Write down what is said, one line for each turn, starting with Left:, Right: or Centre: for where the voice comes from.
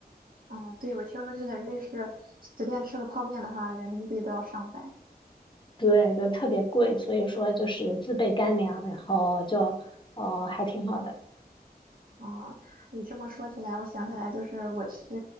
Right: 嗯，对，我听说就在瑞士随便吃个泡面的话，人民币都要上百。
Left: 对，就特别贵，所以说就是自备干粮，然后就呃还挺好的。
Right: 啊、你这么说起来，我想起来，就是我去